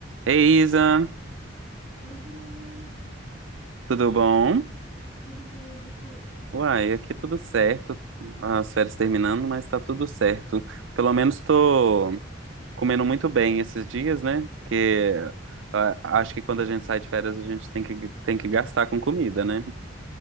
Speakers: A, on the right; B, on the left.
A: Ei, Isa,
B: Oi, Bruno.
A: tudo bom?
B: Tudo bem, e você?
A: Uai, aqui tudo certo. As férias terminando, mas tá tudo certo. Pelo menos tô comendo muito bem esses dias, né? Porque ah, acho que quando a gente sai de férias, a gente tem que, tem que gastar com comida, né?